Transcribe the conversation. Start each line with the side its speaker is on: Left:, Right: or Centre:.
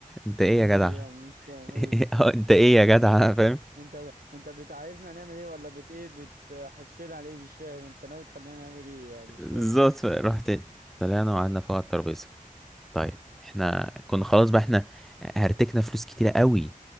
Centre: انت ايه يا جدع
Right: ليه
Centre: <laughs>
Right: يعني مش فاهم ايه
Centre: اه انت ايه يا جدع <laughs> فاهم
Right: انت ب... انت بت- عايزنا نعمل ايه ولا بت ايه بتحسنا على ايه مش فاهم انت ناوي تخلينا نعمل ايه يعني مش
Centre: بالظبط
Right: فاهم
Centre: رحت طلعنا وقعدنا فوق على الترابيزه طيب احنا كنا خلاص بقى احنا هرتكنا فلوس كتيره قوي